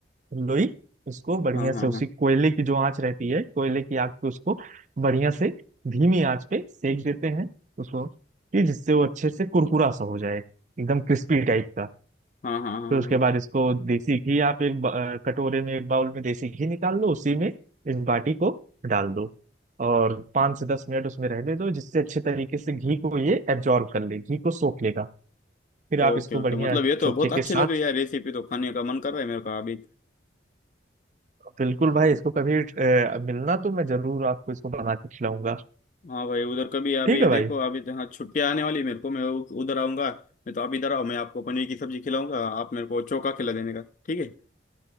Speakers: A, on the right (about 40°); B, on the left (about 45°).
A: लोई उसको बढ़िया
B: हाँ हाँ
A: से
B: हाँ
A: उसी
B: हाँ
A: कोयले की जो आंच रहती है कोयले की आग पे उसको बढ़िया से धीमी आंच पे सेक देते हैं उसको कि जिससे वो अच्छे से कुरकुरा सा हो जाए एकदम क्रिस्पी टाइप का
B: हाँ हाँ हाँ हाँ हाँ।
A: फिर उसके बाद इसको देसी घी आप एक ब- अ, कटोरे में एक बाउल में देसी घी निकाल लो उसी में इस बाटी को डाल दो और पाँच से दस मिनट उसमें रहने दो जिससे अच्छे तरीके से घी को ये एब्जॉर्ब कर ले घी को सोख लेगा फिर आप
B: ओके
A: इसको
B: ओके
A: बढ़िया
B: मतलब ये तो
A: चोखे
B: बहुत अच्छी
A: के साथ
B: लग रही है यार रेसिपी तो खाने का मन कर रहा है मेरे को अभी
A: बिल्कुल भाई इसको कभी अ, मिलना तो मैं जरूर आपको इसको बना के खिलाऊंगा
B: हाँ भाई उधर कभी अभी
A: ठीक है
B: देखो
A: भाई
B: अभी तो हाँ छुट्टियाँ आने वाली है मेरे को मैं उ- उधर आऊंगा मैं तो आप इधर आओ मैं आपको पनीर की सब्जी खिलाऊंगा आप मेरे को चोका खिला देने का ठीक है